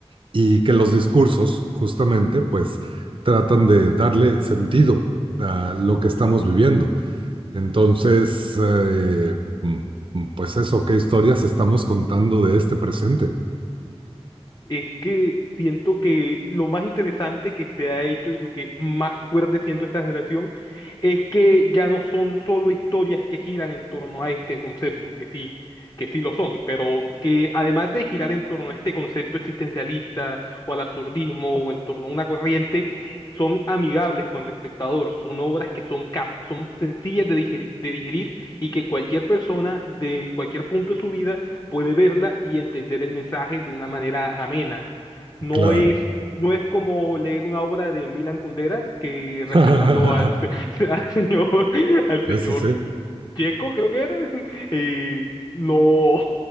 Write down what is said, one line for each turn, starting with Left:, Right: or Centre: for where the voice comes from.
Right: y que los discursos justamente pues tratan de darle sentido a lo que estamos viviendo. Entonces, eh, mm, pues eso, ¿qué historias estamos contando de este presente?
Left: Es que siento que lo más interesante que se ha hecho y lo que más fuerte siento esta generación es que ya no son solo historias que giran en torno a este concepto, que sí, que sí lo son, pero que además de girar en torno a este concepto existencialista o al absurdismo o en torno a una corriente, son amigables con el espectador, son obras que son cap, son sencillas de digerir, de digerir y que cualquier persona de en cualquier punto de su vida puede verla y entender el mensaje de una manera amena. No
Right: Claro.
Left: es, no es como leer una obra de Milan Kundera que
Right: <laughs>
Left: respetando al, se- <laughs> al señor, al señor
Right: Ese sí. sí.
Left: checo, creo que era, <laughs> eh, no,